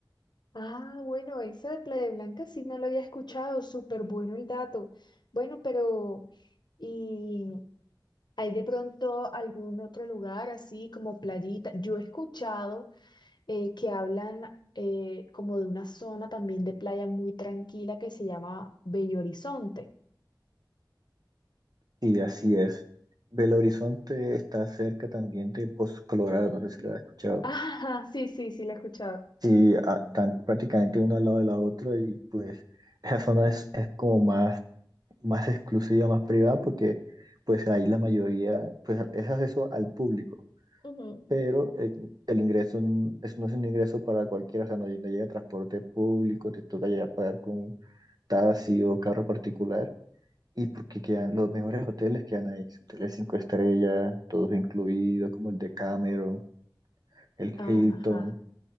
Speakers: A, on the left; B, on the right.
A: Ah, bueno, esa de Playa Blanca sí no la había escuchado. Súper bueno el dato. Bueno, pero ¿y hay de pronto algún otro lugar así como playita? Yo he escuchado eh, que hablan eh, como de una zona también de playa muy tranquila que se llama Bello Horizonte.
B: Sí, así es. Belo Horizonte está cerca también de Pozos Colorado, no sé si lo has escuchado.
A: Ajá, sí, sí, sí, la he escuchado.
B: Sí, a- están prácticamente uno al lado de la otra y pues esa zona es, es como más, más exclusiva, más privada porque pues ahí la mayoría, pues es acceso al público,
A: Ujú.
B: pero el, el ingreso n- es, no es un ingreso para cualquiera, o sea, no llega no llega transporte público, te toca ya pagar con taxi o carro particular. Y porque quedan
A: Mm.
B: los mejores hoteles quedan ahí, hoteles cinco estrellas, todos incluidos, como el de Cameron, el
A: Ajá.
B: Hilton.